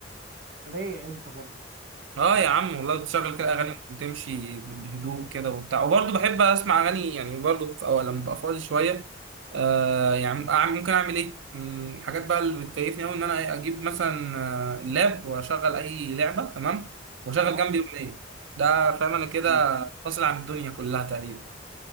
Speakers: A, on the right; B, on the right.
A: رايق انت برضو
B: اه يا عم والله بتشغل
A: اه
B: كده اغاني وتمشي بهدوء كده وبتاع وبرضه بحب اسمع اغاني يعني برضه في اول لما ببقى فاضي شويه آه يعني أعمل- ممكن اعمل ايه من الحاجات بقى اللي بتكيفني قوي ان انا إيه، اجيب مثلا آه، اللاب واشغل اي لعبه تمام واشغل
A: اه
B: جنبي اغنيه ده فاهم انا كده
A: مم.
B: فاصل عن الدنيا كلها تقريبا